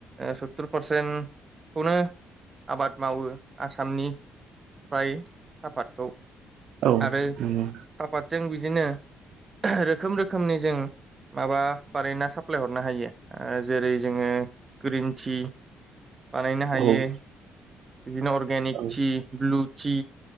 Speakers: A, on the right (about 30°); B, on the right (about 75°).
A: सत्तुर पारसेन्टखौनो आबाद मावो आसामनि फ्राय सापातखौ।
B: औ
A: आरो
B: नंगौ
A: सापातजों बिदिनो रोखोम रोखोमनि जों माबा बानायना साप्लाय हरनो हायो। ओ जेरै जोङो ग्रिन टि बानायनो हायो
B: औ
A: बिदिनो अर्गेनिक
B: औ
A: tea, blue tea,